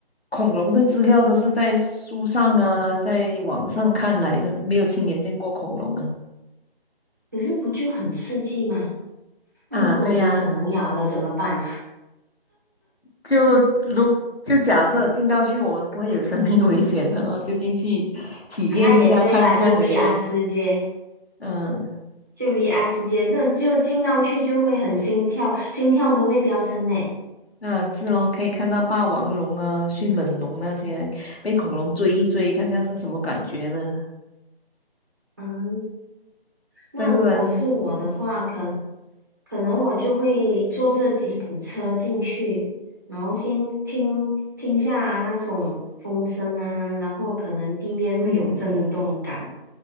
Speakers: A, on the left (about 85°); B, on the right (about 20°).
A: 恐龙的资料都是在书上啊，在网上看来的，没有亲眼见过恐龙啊。
B: 可是不就很刺激吗？那如果给恐龙咬了怎么办？
A: 啊，对呀，就如就假设进到去，我们不会有生命危险的哦，就进去体验一下看看而已。
B: 啊，那也对啦，就 VR 世界，
A: 嗯，
B: 就 VR 世界，那就进到去就会很心跳，心跳都会飙升诶。
A: 那是咯，可以看到霸王龙啊、迅猛龙那些被恐龙追一追，看下是什么感觉呢？
B: 嗯，那如果是我的话，
A: 再不然，嗯
B: 可可能我就会坐这吉普车进去，然后先听听下啊那种风声啊，然后可能地面会有震动感，
A: 嗯嗯